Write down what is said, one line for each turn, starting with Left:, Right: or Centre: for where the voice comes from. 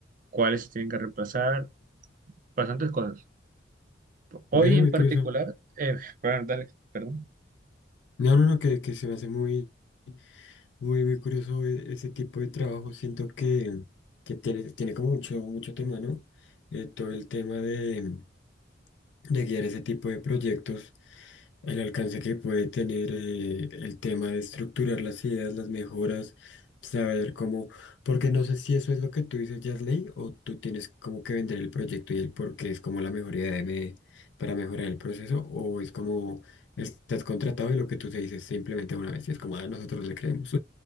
Right: cuáles se tienen que reemplazar, bastantes cosas. Hoy
Left: Ve, muy
Right: en particular,
Left: curioso.
Right: eh, bueno, dale, perdón.
Left: No, no, no, que, que se me hace muy Muy, muy curioso e- ese tipo de trabajo. Siento que, que tiene, tiene como mucho, mucho tema, ¿no? Eh, todo el tema de, de guiar ese tipo de proyectos, el alcance que puede tener, eh, el tema de estructurar las ideas, las mejoras, saber cómo, porque no sé si eso es lo que tú dices, Yasley, o tú tienes como que vender el proyecto y el por qué es como la mejor idea de me- para mejorar el proceso, o es como estás contratado y lo que tú se dices se implementa una vez y es como, ah, nosotros le creemos.